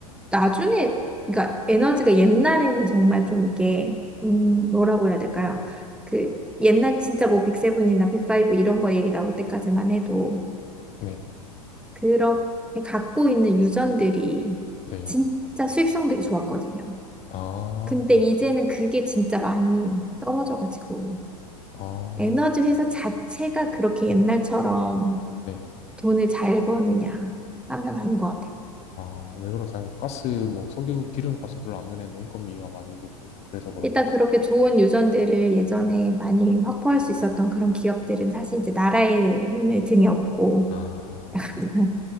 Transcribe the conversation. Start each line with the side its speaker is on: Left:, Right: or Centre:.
Centre: 나중에, 그러니까 에너지가 옛날에는 정말 좀 이게, 음, 뭐라고 해야 될까요? 그, 옛날 진짜 뭐 백세븐이나 백파이브 이런 거 얘기 나올 때까지만 해도
Left: 네,
Centre: 그렇게 갖고 있는 유전들이
Left: 네.
Centre: 진짜 수익성들이 좋았거든요.
Left: 아,
Centre: 근데 이제는 그게 진짜 많이 떨어져가지고
Left: 아,
Centre: 에너지 회사 자체가 그렇게 옛날처럼
Left: 네.
Centre: 돈을 잘 버느냐 하면 아닌 것 같아요.
Left: 아, 왜 그럴까요? 가스, 뭐, 석유, 기름 값은 별로 안 변했는데 인건비가 많이 오르고, 그래서 그런가?
Centre: 일단 그렇게 좋은 유전들을 예전에 많이 확보할 수 있었던 그런 기업들은 사실 이제 나라의 힘을 등에 업고
Left: 아,
Centre: <laughs>